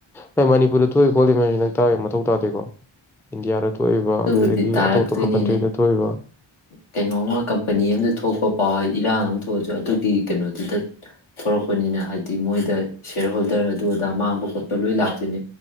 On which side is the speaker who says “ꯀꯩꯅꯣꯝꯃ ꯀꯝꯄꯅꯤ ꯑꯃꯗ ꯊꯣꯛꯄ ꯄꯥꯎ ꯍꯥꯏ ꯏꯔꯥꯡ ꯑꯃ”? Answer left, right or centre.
Left